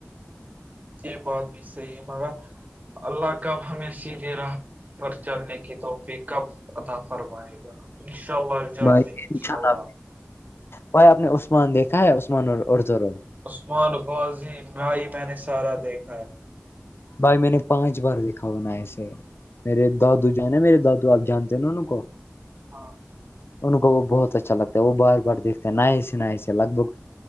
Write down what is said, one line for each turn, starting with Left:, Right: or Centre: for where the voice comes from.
Right: یہ بات بھی صحیح ہے مگر اللہ کاب ہمیں س دے رہا پر چلنے کی توحفی کب ادا فرمائے گا انشاء ال <unintelligible> جضاو
Left: بھائی انشاء
Right: آا <unintelligible>
Left: بھائی آپ نے عثمان دیکھا ہے عثمان اور اڑدور
Right: عثمان غوازی میںئی میں نے سارا دیکھا ہے
Left: بھائی میں نے پانچ بار دیکھا ہونا ایسے میرے دادو جو نا میرے دادو آپ جانتے ہیں نا ان کو
Right: ہاں <unintelligible>
Left: ان کو وہ بہت اچھا لگتا ہے وہ بار بار دیکھتے ہیں نئے سے ن سے لگ بھگ